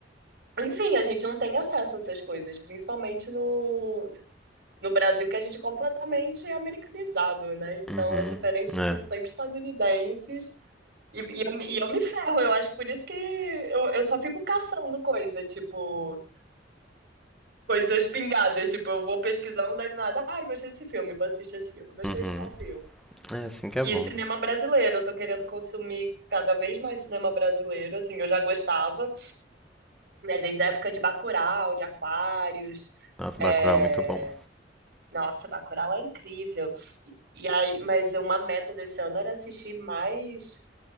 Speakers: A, on the right; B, in the centre.
A: enfim, a gente não tem acesso a essas coisas, principalmente no, no Brasil, que a gente é completamente americanizado, né? Então
B: uhum,
A: as referências
B: é,
A: são sempre estadunidenses, e, e eu, me- e eu me ferro, eu acho por isso que eu, eu só fico caçando coisa, tipo. coisas pingadas. Tipo, eu vou pesquisando, daí do nada, ah, gostei desse filme, vou assistir esse filme, gostei
B: uhum.
A: de tal filme.
B: É assim que é
A: E
B: bom.
A: cinema brasileiro, eu tô querendo consumir cada vez mais cinema brasileiro, assim, eu já gostava, né, desde a época de Bacurau, de Aquários.
B: Nossa,
A: É...
B: Bacurau é muito bom.
A: Nossa, Bacurau é incrível. E, e aí, mas uma meta desse ano era assistir mais